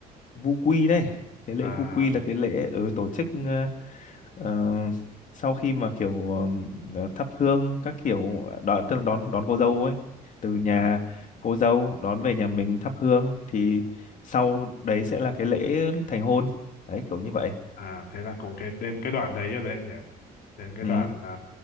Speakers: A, on the left; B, on the left.
A: vu quy đây cái lễ
B: à
A: vu quy là cái lễ ở tổ chức Ờ, sau khi mà kiểu ờ, thắp hương các kiểu đón tức là đón đón cô dâu ấy từ nhà
B: à
A: cô dâu đón về nhà mình thắp hương thì sau đấy sẽ là cái lễ thành hôn đấy kiểu như vậy
B: à thế là cũng cái đến cái đoạn đấy rồi đấy nhỉ đến cái
A: ừ.
B: đoạn à,